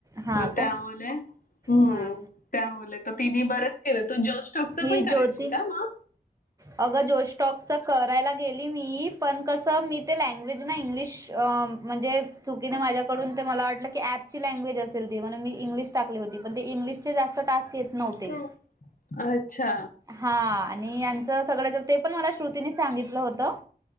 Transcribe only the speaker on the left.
तर
त्यामुळे हम्म
त्यामुळे तर तिने बरेच केलं तो जोश टॉक च
पण करायची
का मग?
काय? अच्छा.